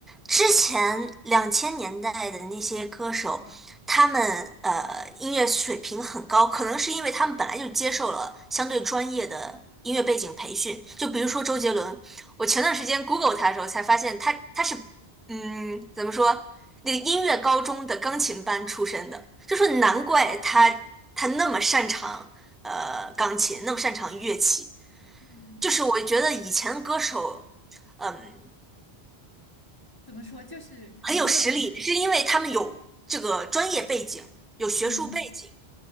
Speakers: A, in the centre; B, on the left.
A: 之前两千年代的那些歌手，他们呃音乐水平很高，可能是因为他们本来就接受了相对专业的音乐背景培训。就比如说周杰伦，我前段时间 Google 他的时候才发现他，他是嗯，怎么说，那个音乐高中的钢琴班出身的，就说难怪他他那么擅长。
B: 嗯
A: 呃钢琴，那么擅长乐器。
B: 嗯。
A: 就是我觉得以前歌手，嗯，
B: 怎么说，就是很有，
A: 很有实力，是因为他们有这个专业背景，有学术背景。
B: 嗯